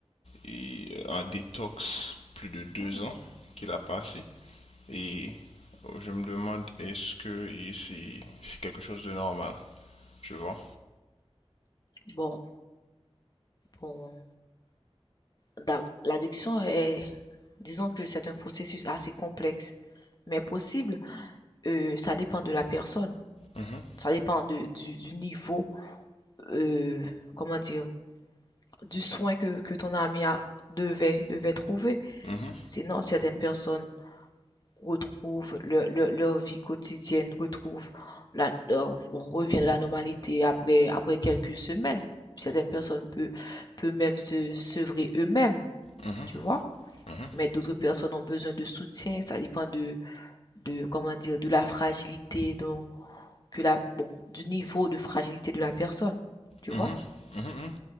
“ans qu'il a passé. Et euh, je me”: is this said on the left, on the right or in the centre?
Left